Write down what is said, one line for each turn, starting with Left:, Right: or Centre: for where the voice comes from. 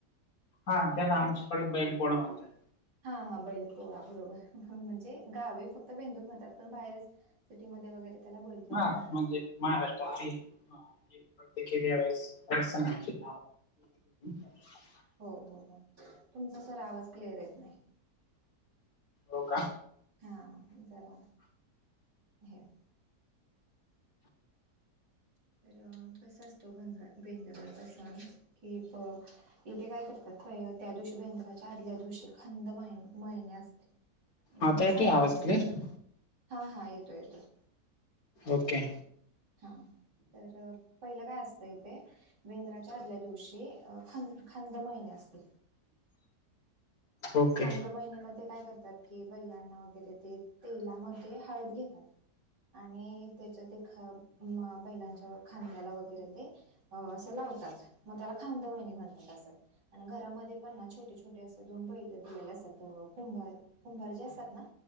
Left: हा त्याला आमच्याकड बैल पोळा म्हणत्यात.
Right: हा हा बैलपोळा बरोबर म्हणजे गावे फक्त बेंदूर म्हणतात पण बाहेरच सिटीमध्ये वगैरे त्याला बैलपोळा
Left: हा
Right: म्हणतात
Left: म्हणजे महाराष्ट्रात ते हा प्रत्येक <unintelligible> <unintelligible>
Right: हो हो हो तुमचा सर आवाज क्लिअर येत नाही.
Left: हो का.
Right: हा, जरा हे तर कस असतो बांधरा बेंदलपास कि प इथे काय करतात पय त्या दिवशी बेंद्राच्या आदल्या दिवशी खंद मा मळने असते मी
Left: आता येतोय
Right: सांगते
Left: आवाज
Right: तुम्हाला.
Left: क्लिअर?
Right: हा हा येतो येतोच.
Left: ओके.
Right: हा तर पहिलं काय असतं इथे. बेंद्राच्या आदल्या दिवशी अ खन खंदे महिने असते.
Left: ओके.
Right: खांद महिन्यामध्ये काय करतात? की बैलांना वगैरे ते तेलामध्ये हळद घेतात. आणि त्याच्या ते ख म बैलांच्या, खांद्याला वगैरे ते. अ असं लावतात, म त्याला खांद महिणी म्हणतात असं, आणि घरामध्ये पण ना छोटे, छोटे अस दोन बैल दिलेले असतात कुंभार, कुंभार जे असतात ना.